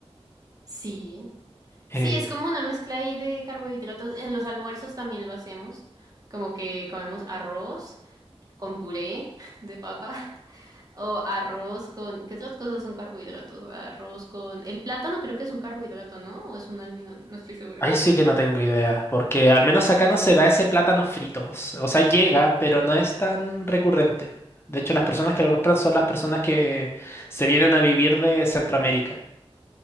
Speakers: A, on the right (about 35°); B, on the left (about 20°).
A: Sí.
B: Eh,
A: Sí, es como una mezcla ahí de carbohidratos. En los almuerzos también lo hacemos. Como que comemos arroz con puré <laughs> de papa o arroz con... ¿Qué otras cosas son carbohidratos? Arroz con... El plátano creo que es un carbohidrato, ¿no? ¿O es un almidón? No estoy segura.
B: Ahí sí que no tengo idea, porque al menos acá no se da ese plátano frito. s- O sea, llega, pero no es tan recurrente. De hecho, las personas que lo compran son las personas que se vienen a vivir de Centroamérica.